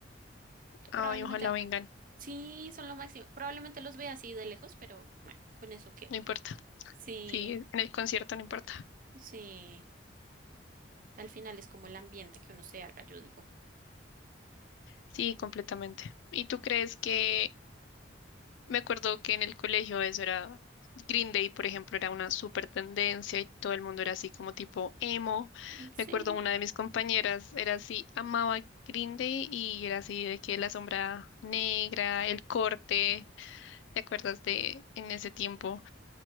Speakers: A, on the left (about 75°); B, on the right (about 45°).
A: Ay,
B: Probablemente,
A: ojalá vengan.
B: sí, son lo máximo. Probablemente los vea así de lejos, pero bueno, con eso quedo.
A: No importa.
B: Sí,
A: Sí, en el concierto no importa.
B: sí. Al final es como el ambiente que uno se haga, yo digo.
A: Sí, completamente. ¿Y tú crees que Me acuerdo que en el colegio eso era Green Day, por ejemplo, era una súper tendencia y todo el mundo era así como tipo emo.
B: "Mm, Sí,
A: Me acuerdo una de mis compañeras era así, amaba Green Day y era así de que la sombra negra, el corte. ¿Te acuerdas de en ese tiempo?